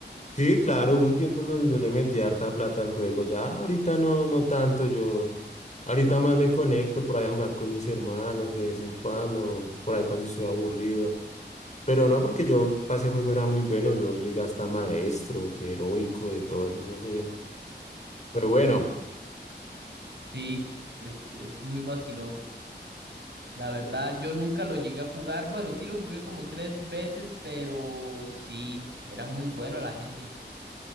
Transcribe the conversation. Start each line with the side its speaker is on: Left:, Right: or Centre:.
Left: Sí, claro, hubo un tiempo en donde yo le metí harta plata al juego, ya ahorita no, no tanto, yo ahorita más me conecto por ahí a jugar con mis hermanos de vez en cuando, por ahí cuando estoy aburrido. Pero no, porque yo para ese juego era muy bueno, yo llegué hasta maestro, fui heroico, de todo eso, eso fue, fue bueno.
Right: sí, es, es muy vacilón. La verdad, yo nunca lo llegué a jugar. Bueno, sí lo jugué como tres veces, pero sí, era muy bueno la gente.